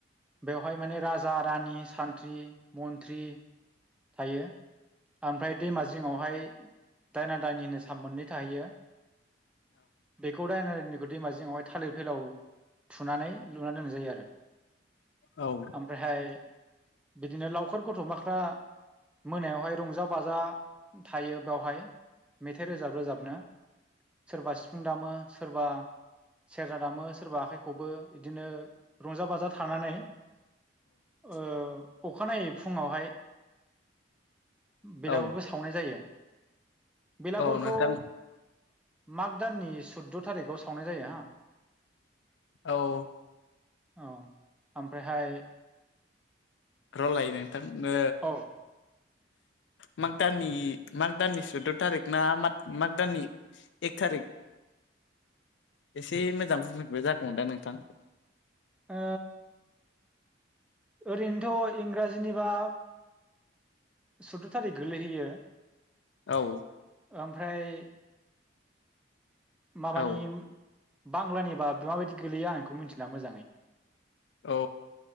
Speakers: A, in the centre; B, on the left (about 65°).
A: बेवहाय माने राजा रानि सानथ्रि मन्थ्रि थायो ओमफ्राय दैमा जिङावहाय दायना दायनि होनो सान मोननै थाहैयो बेखौ दायना दायनि बे दैमा जिङावहाय थालिर फैलायाव थुनानै लुनानै दोननाय जायो आरो
B: औ
A: ओमफ्रायहाय बिदिनो लावखार गथ'माफ्रा मोनायावहाय रंजा बाजा थायो बेवहाय मेथाइ रोजाब रोजाबनो सोरबा सिफुं दामो सोरबा सेरजा दामो सोरबा आखाइखौबो बिदिनो रंजा बाजा थानानै ओ
B: औ
A: अखानायै फुङावहाय बेलागुरखौ
B: औ
A: सावनाय जायो बेलागुरखौ
B: औ नोंथां
A: माग दाननि सुद्द' थारिखाव सावनाय जायो हो
B: औ
A: औ ओमफ्रायहाय
B: र'लाय नोंथांनो
A: औ
B: माग दाननि माग दाननि सुद्द थारिख ना मा माग दाननि एक थारिख एसे मोजां बुंफिनबा जागौमोन दां नोंथां
A: ओ ओरैनोथ' इंराजिनिबा सुद्द थारिख गोलैहैयो
B: औ
A: ओमफ्राय माबानि
B: औ
A: बांलानि बारा माबायदि गोलैया आं बेखौ मिथिला मोजाङै
B: औ